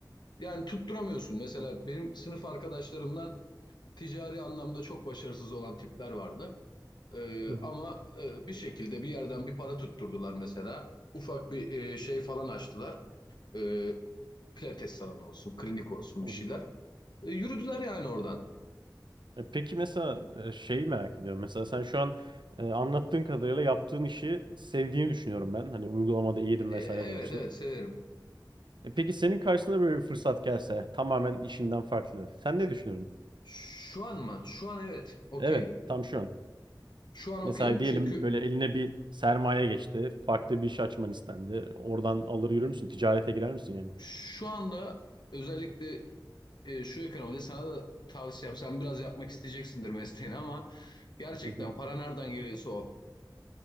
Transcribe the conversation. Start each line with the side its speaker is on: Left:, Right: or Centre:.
Left: Yani tutturamıyorsun. Mesela benim sınıf arkadaşlarımdan ticari anlamda çok başarısız olan tipler vardı. Ee,
Right: hı hı,
Left: ama e, bir şekilde bir yerden bir para tutturdular mesela. Ufak bir e, şey falan açtılar. Ee, pilates salonu olsun, klinik olsun
Right: hı
Left: bir
Right: hı.
Left: şeyler. E, yürüdüler yani oradan.
Right: E, Peki mesela e, şey merak ediyorum. Mesela sen şu an e, anlattığın kadarıyla yaptığın işi sevdiğini düşünüyorum ben. Hani uygulamada iyiydim
Left: E,
Right: vesaire
Left: evet
Right: demiştin.
Left: evet severim.
Right: E peki senin karşına böyle bir fırsat gelse tamamen işinden farklı. Sen ne düşünürdün?
Left: Şu an mı? Şu an evet okeyim.
Right: Evet, tam şu an.
Left: Şu an okeyim.
Right: Mesela diyelim
Left: Çünkü
Right: böyle eline bir sermaye geçti. Farklı bir iş açman istendi. Oradan alır yürür müsün? Ticarete girer misin yani?
Left: şu anda özellikle e, şu ekonomide sana da tavsiyem sen biraz yapmak isteyeceksindir mesleğini ama gerçekten
Right: Hı hı.
Left: para nereden geliyorsa o.